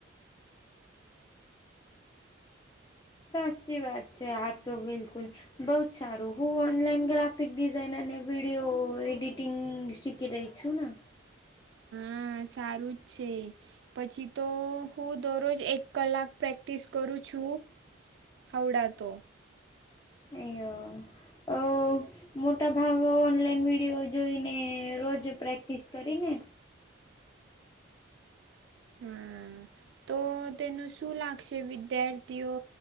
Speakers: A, on the left; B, on the right.
A: સાચી વાત છે, આ તો બિલકુલ. બઉ જ સારું. હું ઓનલાઈન ગ્રાફિક ડિઝાઇન અને વિડીયો એડિટિંગ સીખી રહી છું ન
B: હા. સારું જ છે. પછી તો હું દરરોજ એક કલાક પ્રેક્ટિસ કરું છું. ખવડાતો
A: એયો અ મોટા ભાગ ઓનલાઈન વિડીયો જોઈને, રોજ પ્રેક્ટિસ કરીને
B: હા. તો તેનું શું લાગશે વિદ્યાર્થીઓ